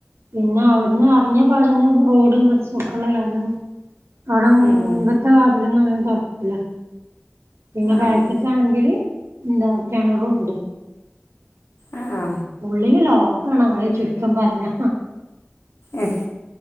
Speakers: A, on the right; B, on the left.
A: പിന്നെ അവിടുന്ന് എറങ്ങിയ പാടാന്നെ റോഡും ബസ്സും ഒക്കെ ഉള്ള കാരണം അവിടെ മുൻപത്തെ
B: ഉം
A: വാതിലൊന്നും അങ്ങനെ തൊറക്കൂല പിന്നെ ബാക്ക്ക്ക്
B: ആഹ്
A: ആണെങ്കില് എന്താ കെണറൂണ്ട്
B: ആഹ്‌
A: ഉള്ളില് ലോക്കാണ് ആള് ചുരുക്കം പറഞാ
B: ഏഹ്